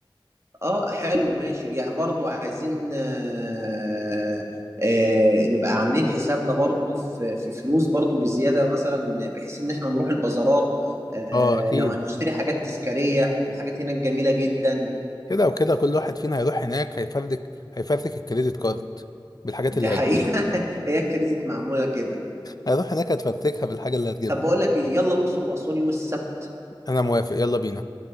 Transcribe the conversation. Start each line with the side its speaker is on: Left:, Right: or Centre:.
Right: اه حلو ماشي يعني برضو عايزين آه آه نبقى عاملين حسابنا برضو في في فلوس برضو بزيادة مثلا بحيث ان احنا نروح البازارات آه
Left: اه اكيد
Right: لو هنشتري حاجات تذكارية الحاجات هناك جميلة جدا
Left: كده وكده كل واحد فينا هيروح هناك هيفردك هيفردك الكريدت كارد بالحاجات
Right: دي
Left: اللي
Right: حقيقة
Left: هتجيبها
Right: <laughs> هي كريزت معمولة كده
Left: هيروح هناك هتفرتكها بالحاجه اللي هتجيبها
Right: طب بقول لك ايه يلا الأقصر وأسوان يوم السبت
Left: انا موافق يلا بينا